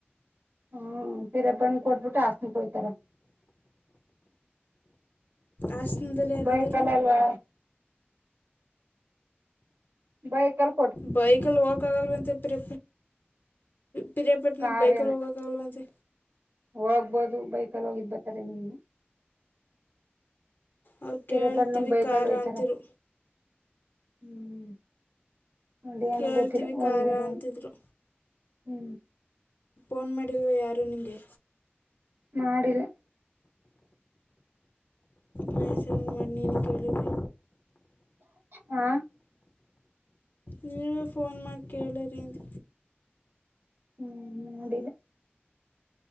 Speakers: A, on the right; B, on the left.
A: ಹ್ಮ್ ತಿರಪ ಕೊಟ್ಪುಟ ಆಸ್ನು ಕ ತರ
B: ಆಸನದಲ್ಲಿ ಯಾರಿದ್ದಾರೂ
A: ಬೈಕಲ್ ಅಲ್ವಾ ಬಾಯ ಕಲ್
B: ಬೈಕಲ್ಲಿ ಹೋಗಕಗಲ್ವೆ ಅಂತ ಎಪ್ಪಿ ಬಿರಯಪಟ್ಟಣಕ್ಕೆ
A: ಕಾರೇನ
B: ಬೈಕ ಹೋಗಾಗಲವಂಂತೆೆ
A: ಹೋಗ್ಬೋದು ಬೈಕಲ್ಲಿ ಹೋಗಿದ್ ಬರ್ತಾರೆ ನಿಮ
B: ಅವ್ರು
A: ಪಿರಪಣ್ಣ
B: ಕೇಳ್ತೀವಿ
A: ಬೈಕಲ್
B: ಖ
A: ಹೋಯ್ತಾರ
B: ಅಂತಿರು
A: ಹ್ಮ್ ಅಡಿ
B: ಕೇಳ್ತೀವಿ
A: ನು ಗೊತ್ತಿಲ್ಲ ಹೋಗಿದಿದ್ದಾರೆ
B: ಕಾರ ಅಂತಿದ್ರು
A: ಹ್ಮ್
B: ೋನ್ ಮಾಡಡಿಲ್ವಾ ಯಾರು ನಿಗೆ
A: ಮಾಡಿಲ್ಲ
B: ಮಹ ಹೆಸಲ್ ಮನ್ನಿ ನಿಿಕಳ್ಳಿದ್ದ
A: ಹಾ
B: ನೀವೇ ಫೋನ್ ಮಾಡಿ ಕೇಳಿರಿೀಿಂದ
A: ಹ್ಮ್ ಅದಿನ